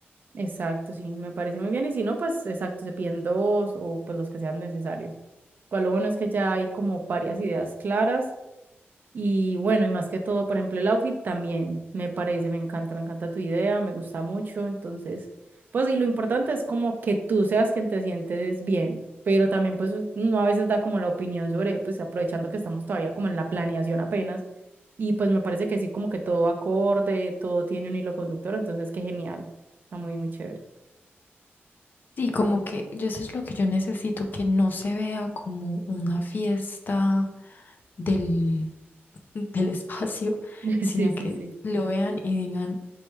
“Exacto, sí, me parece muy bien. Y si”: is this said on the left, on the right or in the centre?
Right